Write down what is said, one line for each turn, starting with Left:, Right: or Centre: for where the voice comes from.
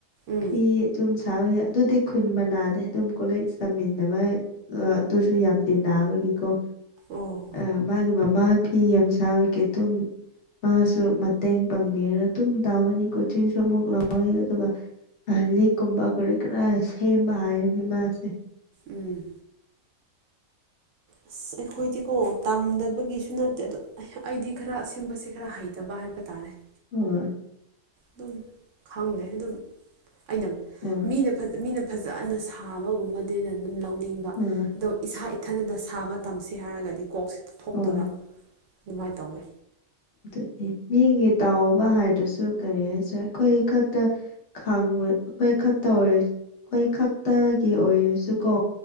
Right: ꯎꯝ
Left: ꯐꯤ ꯁꯨꯝ ꯁꯥꯕ ꯌꯥꯏ ꯑꯗꯨꯗꯤ ꯈꯨꯟ ꯃꯅꯥꯗꯦ ꯑꯗꯨꯝ ꯀꯣꯂꯦꯖ ꯇꯝꯃꯤꯟꯅꯕ ꯗꯣ ꯑꯗꯨꯁꯨ ꯌꯥꯝ ꯇꯤꯟꯅꯕꯒꯤꯀꯣ
Right: ꯑꯣ
Left: ꯑ ꯃꯥꯒꯤ ꯃꯃꯥ ꯐꯤ ꯌꯥꯝ ꯁꯥꯥꯕ ꯀꯦꯇꯨꯝ ꯃꯥꯁꯨ ꯃꯇꯦꯡ ꯄꯥꯡꯕꯤꯔꯒ ꯑꯗꯨꯨꯝ ꯇꯧꯕꯅꯤ ꯀꯣꯆꯤꯡꯁꯨ ꯑꯃꯨꯛ ꯂꯧꯋꯦ ꯑꯗꯨꯒ ꯂꯤꯛꯀꯨꯝꯕ ꯀꯔꯤ ꯀꯔꯥ ꯁꯦꯝꯕ ꯍꯥꯏꯕꯅꯤ ꯃꯥꯁꯦ
Right: ꯎꯝ
Left: <inaudible>
Right: ꯑꯁ ꯑꯩꯈꯣꯏꯗꯤꯀꯣ ꯇꯝꯗꯕꯒꯤꯁꯨ ꯅꯠꯇꯦ ꯑꯗꯣ ꯑꯩꯗꯤ ꯈꯔ ꯑꯁꯤꯒꯨꯝꯕꯁꯦ ꯈꯔ ꯍꯩꯇꯕ ꯍꯥꯏꯕ ꯇꯥꯔꯦ
Left: ꯍꯣꯢ
Right: ꯑꯗꯨꯝ ꯈꯪꯗꯦ ꯑꯗꯨꯝ ꯑꯩꯅ
Left: ꯍꯣꯏ
Right: ꯃꯤꯅ ꯐꯖ ꯃꯤꯅ ꯐꯖꯅ ꯁꯥꯕꯒꯨꯝꯕꯗꯤꯗ ꯑꯗꯨꯝ ꯂꯧꯅꯤꯡꯕ
Left: ꯍꯣꯏ
Right: ꯑꯗꯣ ꯏꯁꯥ ꯏꯊꯟꯗꯇ ꯁꯥꯕ ꯇꯝꯁꯤ ꯍꯥꯏꯔꯒꯗꯤ ꯀꯣꯛꯁꯤ ꯊꯣꯛꯇꯕ
Left: ꯍꯣꯏ
Right: ꯑꯗꯨꯃꯥꯏꯅ ꯇꯧꯋꯦ
Left: ꯑꯗꯨꯅꯤ ꯃꯤꯒꯤ ꯇꯧꯕ ꯍꯥꯏꯗ꯭ꯔꯁꯨ ꯀꯔꯤ ꯍꯥꯏꯁꯤꯔ ꯑꯩꯈꯣꯏ ꯈꯛꯇ ꯈꯥꯡꯕ ꯑꯩꯈꯣꯏ ꯈꯛꯇ ꯑꯣꯏꯔ ꯑꯩꯈꯣꯏ ꯈꯛꯇꯒꯤ ꯑꯣꯏꯔꯁꯨ ꯀꯣ